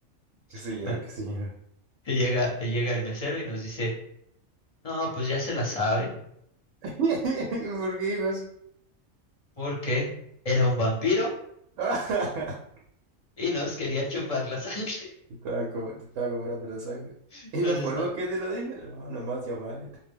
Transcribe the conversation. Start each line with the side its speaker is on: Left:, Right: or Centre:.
Left: <laughs>
Right: Qué sé yo,
Left: no,
Right: qué sé yo.
Left: llega, llega el mesero y nos dice, no, pues ya se la saben,
Right: <laughs> ¿Por qué dijo eso?
Left: porque era un vampiro
Right: <laughs>
Left: y nos quería chupar la sangre.
Right: Te estaban co- te estaba comprando la sangre.
Left: <laughs>
Right: ¿Y
Left: Nos
Right: la forma
Left: está...
Right: que te lo dijo? No, nomás ya valen.